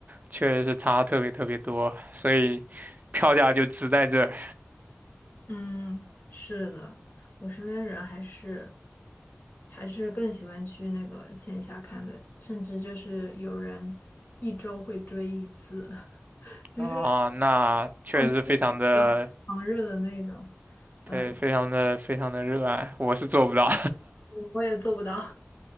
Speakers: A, on the right (about 40°); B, on the left (about 50°).
A: 确实是差特别特别多，所以票价就值在这儿。
B: 嗯，是的，我身边人还是还是更喜欢去那个线下看的，甚至就是有人一周会追一次，<laughs> 就是
A: 啊，那确实是非常的，
B: 像像追星一样狂热的那种。
A: 对，
B: 嗯，
A: 非常的非常的热爱，我是做不到，
B: 我也做不到。